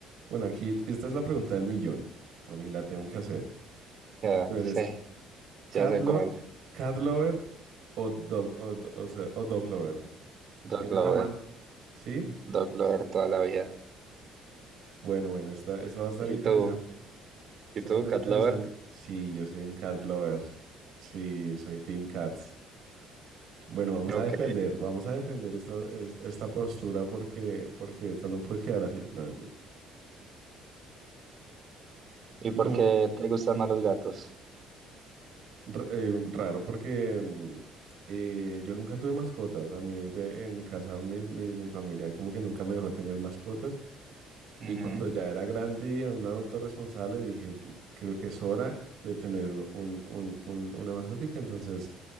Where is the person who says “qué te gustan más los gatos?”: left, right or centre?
Right